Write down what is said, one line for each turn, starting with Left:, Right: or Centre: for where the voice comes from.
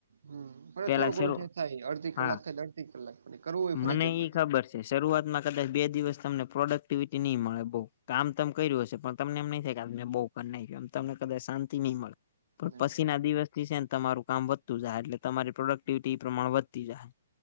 Right: હમ, થોડું
Left: પેલા શરૂ
Right: ઘણું જે થાય અડધી
Left: હા
Right: કલાક થાય તો અડધી કલાક કરવું હોય
Left: મને
Right: ફરજયાત
Left: ઈ
Right: પાછું.
Left: ખબર શરૂઆતમાં કદાચ બે દિવસ તમને પ્રોડક્ટિવિટી નહી મળે બઉ. કામ તમ કર્યું હશે પણ તમને એમ નહી થાય કે આજ મેં બઉ કર નાખ્યું એમ તમને કદાચ શાંતિ નહી મળે. પણ
Right: નહી
Left: પછીના દિવસની છે ને તમારું કામ વધતું જાય એટલે તમારી પ્રોડક્ટિવિટી પ્રમાણ વધતી જાહે.